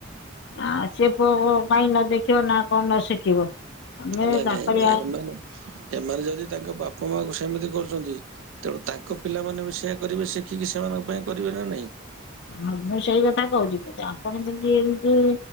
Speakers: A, on the left; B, on the right.
A: ଆ ସେ ପୁଅ ବହୁ ପାଇଁ ନ ଦେଖିବ ନା କଣ ନ ଶିଖିବ। ଆମେ
B: ନାଇଁ
A: ତାଙ୍କରି
B: ନାଇଁ
A: ଆ
B: ଏମାନେ ଏମାନେ ଯଦି ତାଙ୍କ ବାପା ମା ଙ୍କୁ ସେମିତି କରୁଚନ୍ତି ତେଣୁ ତାଙ୍କ ପିଲାମାନେ ବି ସେୟ। ଆ କରିବେ ଶିଖିକି ସେମାନଙ୍କ ପାଇଁ। କରିବେ ନା ନାଇଁ?
A: ହ ମୁଁ ସେଇ କଥା କହୁଚି ଆପଣ ଯଦି ଏମିତି